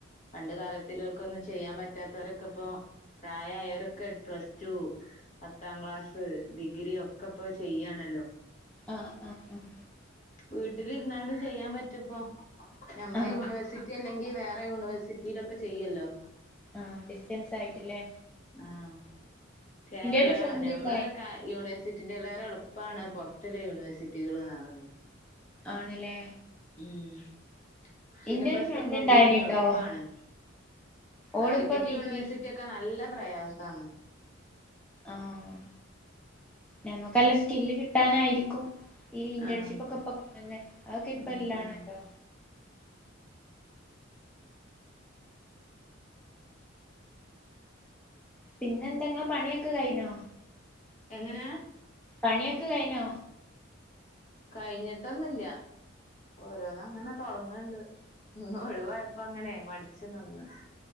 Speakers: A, on the left; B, in the centre.
A: പണ്ട് കാലത്ത്ലോല് കൊന്നും ചെയ്യാൻ പറ്റാത്തൊരൊക്കപ്പൊ പ്രായായോരെക്കെ പ്ലസ് ടു, പത്താം ക്ലാസ് ഡിഗ്രി ഒക്കെപ്പോ ചെയ്യാണല്ലോ
B: ആഹ് ആഹ് ആഹ്
A: വീട്ടിലിര്ന്നാണ്ട് ചെയ്യാൻ പറ്റുപ്പോ ഞമ്മളെ
B: ആഹ്
A: യൂണിവേഴ്സിറ്റ്യല്ലെ ങ്കി വേറെ യൂണിവേഴ്സിറ്റിയിലൊക്കെ ചെയ്യല്ലോ
B: ആഹ് ഡിസ്റ്റൻസായിട്ട്ല്ലേ
A: ആഹ് കേരള
B: ഒരു ഫ്രണ്ട്
A: നമ്മളാ
B: ഇണ്ടായി
A: ക്ക യൂണിവേ സിറ്റിന്റെ ലേറെ എള്പ്പാണ് പൊർത്ത് ല്ലെ യൂണേഴ്സിറ്റികള്ന്നാ പറിണെ
B: ആണ്ല്ലേ
A: ഉം സിലബസ്
B: ഇന്റെ ഒരു ഫ്രണ്ട്
A: ഒന്നും
B: ഇണ്ടായിനിട്ടോ
A: കൂടി എള്പ്പാണ് കാലിക്കറ്റ്
B: ഓളിപ്പോ ടി
A: യൂണിവേഴ്സി
B: ടി
A: റ്റ്യൊക്കെ നല്ല പ്രയാസാണ്.
B: ആഹ് നമ്മക്കല്ലെ സ്കില്ല് കിട്ടാനായിരിക്കും. ഈ ഇന്റേൺഷിപ്പൊക്കെ
A: ആഹ്
B: ഇപ്പൊ കൊ <unintelligible> ന്നെ അതൊക്കെ പ്പല്ലാണല്ലോ
A: ഉം ഉം
B: പിന്നെന്താ ഇങ്ങളെ പണ്യൊക്കെ കയ്ഞ്ഞോ?
A: എങ്ങനെ
B: പണ്യൊക്കെ കയ്നോ?
A: കയ്ഞ്ഞിട്ടൊന്നുല്ല. ഓരോന്നങ്ങനെ തൊട്ങ്ങ്ണ്ട് ഇന്നൊഴിവായപ്പങ്ങനെ മട്ച്ച് നിന്ന്